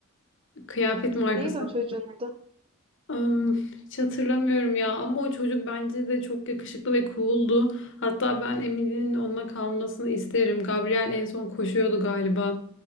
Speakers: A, on the left; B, on the right.
A: kıyafet markası
B: Neydi o çocuğun adı?
A: Am, hiç hatırlamıyorum ya ama o çocuk bence de çok yakışıklı ve cool'du. Hatta ben Emily'nin onunla kalmasını isterim. Gabriel en son koşuyordu galiba